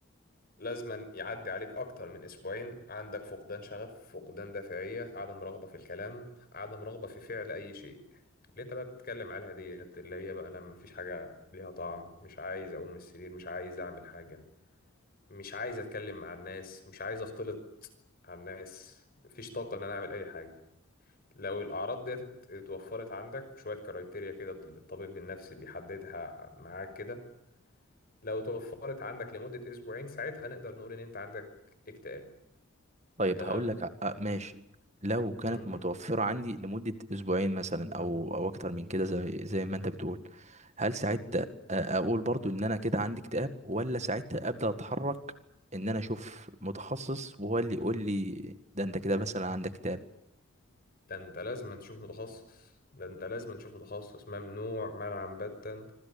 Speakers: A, on the left; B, on the right.
A: لازما يعدي عليك أكتر من أسبوعين عندك فقدان شغف فقدان دافعية عدم رغبة في الكلام عدم رغبة في فعل أي شيء اللي أنت بقى بتتكلم عليها دي اللي هي بقى أنا مفيش حاجة ليها طعم مش عايز أقوم من السرير مش عايز أعمل حاجة مش عايز أتكلم مع الناس مش عايز أختلط مع الناس مفيش طاقة إن أنا أعمل أي حاجة لو الأعراض دي ات- اتوفرت عندك وشوية كرايتيريا كده الطبيب النفسي بيحددها معاك كده لو توفرت عندك لمدة أسبوعين ساعتها نقدر نقول إن أنت عندك اكتئاب
B: طيب
A: تمام
B: هقول لك آه، آه، ماشي لو كانت
A: امم
B: متوفرة عندي لمدة أسبوعين مثلا أو أو أكتر من كده زي زي ما أنت بتقول هل ساعتها آه، أقول برضو إن أنا كده عندي اكتئاب ولا ساعتها أبدأ أتحرك إن أنا أشوف متخصص وهو اللي يقول لي ده أنت كده مثلا عندك اكتئاب
A: ده انت لازم تشوف متخصص ده انت لازم تشوف متخصص ممنوع منعا باتا